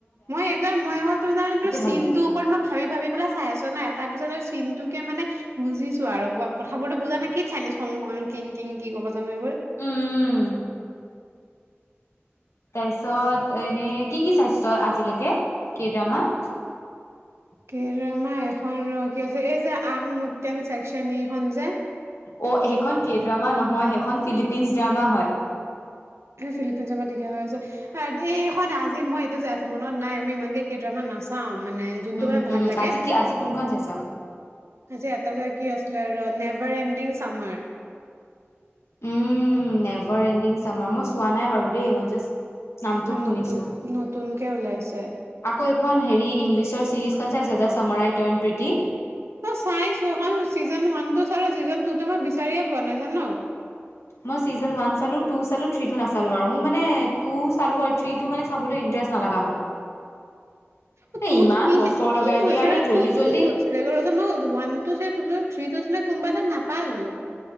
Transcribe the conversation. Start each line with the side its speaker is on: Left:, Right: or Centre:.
Right: মই এইবাৰ মই আকল তোৰ তাৰে তোৰ চিনটোৰ
Left: ভাল লাগে।
Right: ওপৰত মই ভাবি ভাবি পেলাই চাই আছ নাই তাৰ পিছত তোৰ চিনটো। মানে বুজিছো আৰু কথাবোৰতো বুজা নে কি চাইনিজ খং-খং, কিং-কিং কি ক'ব। জনান এইব
Left: উম, তাৰপিছত এনেই কি কি চাইছ তই আজিলৈকে? কে ড্ৰামাত
Right: কেড্ৰামাত এখন ৰ কি আছে এই যে আংমটাং চছেক্চন এইখনন যে।
Left: অ' সেইখন ক ড্ৰামা নহয় সেইখন ফিলিপিনচ ড্ৰামা হয়।
Right: ফিলিপিনত ঠিকা হৈ আছে। এইখন আজি মই এইটোই আছো মনত নাই মই ইমানকে কেইটামান নাচাওঁ। ভাল লাগে যোনটো
Left: উম,
Right: মানে ভাল
Left: উম,
Right: লাগে
Left: আজি কি আজি কোনখন চাইছ?
Right: যে এটা যে কি আছিলে never ending summer.
Left: Um. Ever ending summer মই চোৱা নাই বাৰু দেই মই জাষ্ট নামটো শুনিছোঁ।
Right: নতুন নতুনকে ওলাইছে।
Left: আকৌ এখন হেৰি ইংলিছৰ চিৰিজখন চাইছ দা চামৰাই টণ প্ৰীতি?
Right: ই চাইছোঁ এইখন চিজন ওৱানটো চালোঁ ছিজন টুটো মই বিচাৰিয়ে পোৱা নাই জা'ন
Left: মই চিজেন ৱান চালোঁ, টু চালোঁ, থ্ৰী টো নাচালোঁ আৰু মোৰ মানে টু চালোঁ আৰু থ্ৰী টো মানে চাবলে ইন্ত্ৰেষ্ট নলগা হ'ল।
Right: অ'
Left: এ
Right: তোত
Left: ইমান
Right: কি
Left: বছৰ
Right: হে
Left: লগাই
Right: কি হৈছে
Left: দিয়ে আৰে
Right: ৰে
Left: জল্দি
Right: তোত কি
Left: জল্দি
Right: হৈছিলেচৰত? ম ওৱান টো চাই, তুটো চাই, থ্ৰী টো। কোনোবা এটাত নাপালো।